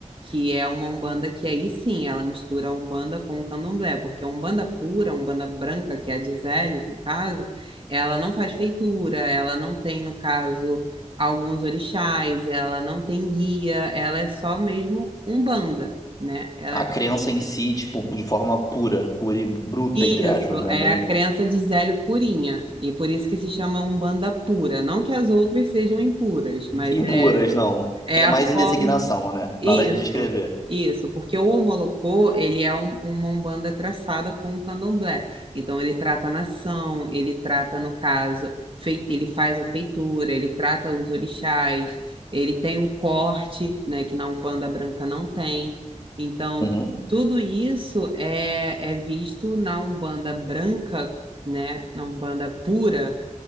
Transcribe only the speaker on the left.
A
criança em si, tipo, de forma pura, pura e bruta,
entre aspas, né?
Bem.
Impuras,
não.
É
mais
em designação, né?
Na hora de descrever.
Uhum.